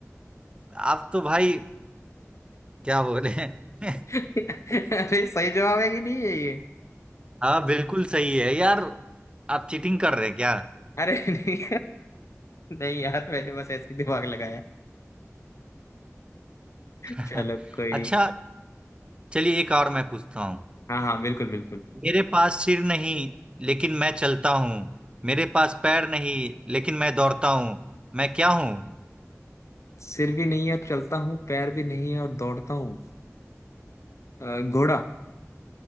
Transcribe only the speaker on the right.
आप तो भाई क्या बोले <laughs>
हाँ बिल्कुल सही है यार आप चीटिंग कर रहे हैं क्या
<laughs>
अच्छा
चलिए एक और मैं पूछता हूँ
मेरे पास सिर नहीं लेकिन मैं चलता हूँ मेरे पास पैर नहीं लेकिन मैं दौड़ता हूँ मैं क्या हूँ